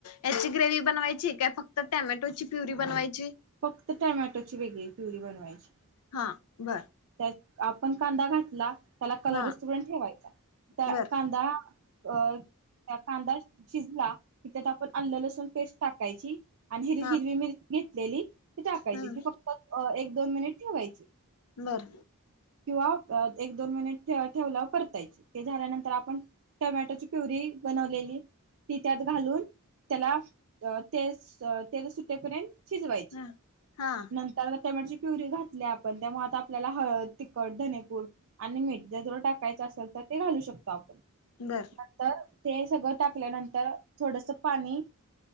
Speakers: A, on the left; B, on the right.
A: याची ग्रेव्ही बनवायची काय, फक्त टॅमॅटोची प्युरी बनवायची?
B: फक्त टमॅटोची वेगळी प्युरी बनवायची?
A: हा बर
B: त्यात आपण कांदा घा ला त्याला कलरच
A: हा
B: तळून ठेवायचा त्या
A: बर
B: कांदा अ त्या कांदा शिजला की त्या पण अल््लसूण पेस्ट टाकायची. आणि हिरवी
A: हा
B: हिरवी मिर घेतलेली ती टाकायची
A: हम्
B: ती फक्त दोन मिनिट ठेवायचे
A: बर
B: किंवा एक दोन महिन ठेवला परतायची ते झाल्यानंतर आपण टोमॅटोची पिवरी बनवलेली ती त्यात घालून त्याला ते तेल सुटेपर्यंत शिजवायची
A: हा हा
B: नंतर त्या म्हणजे प्युरी घातल्या आपण त्यामुळे आता आपल्याला हळद तिखट धनेपूड आणि मीठ जर टाकायं असेल तर ते घालू शको त आपण
A: बर
B: तर ते सगळं टाकल्यानंतर थोडस पाणी